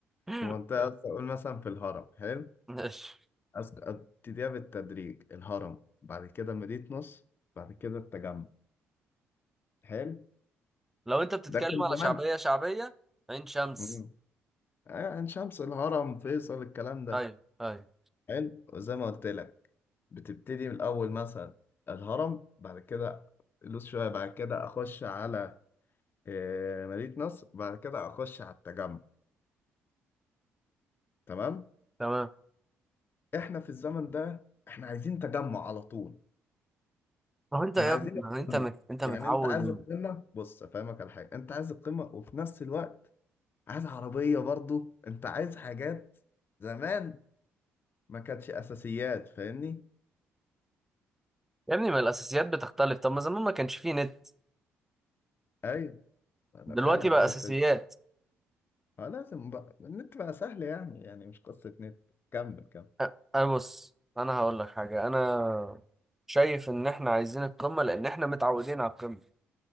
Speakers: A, in the centre; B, on the left.
A: <laughs>
B: في منطقه أصلاً قول مثلا في الهرم حلو
A: ماشي
B: أسك- ابتديها بالتدريج الهرم بعد كده مدينه نصر بعد كده التجمع حلو
A: لو انت بتتكلم
B: ده كان
A: على
B: زمان
A: شعبية شعبية عين شمس
B: مم. آه، عين شمس الهرم فيصل الكلام ده
A: ايوه ايوه
B: حلو وزي ما قلت لك بتبتدي من الاول مثلا الهرم بعد كده لوس شويه بعد كده اخش على آه، مدينه نصر بعد كده اخش على التجمع تمام
A: تمام
B: احنا في الزمن ده احنا عايزين تجمع على طول
A: ما هو انت
B: احنا
A: يا
B: عايزين
A: ابني ما هو انت
B: القمه
A: مت... انت متعود
B: يعني انت عايز القمه بص افهمك على حاجه انت عايز القمه وفي نفس الوقت عايز عربيه برضو انت عايز حاجات زمان ما كانتش اساسيات فاهمني
A: يا ابني ما الاساسيات بتختلف طب ما زمان ما كانش فيه نت
B: ايوه انا
A: دلوقتي
B: فاهم
A: بقى
B: الحته
A: اساسيات
B: اه لازم بقى النت بقى سهل يعني يعني مش قصة نت كمل كمل
A: أ- انا بص انا هقول لك حاجة انا شايف ان احنا عايزين القمة لان احنا متعودين على القمة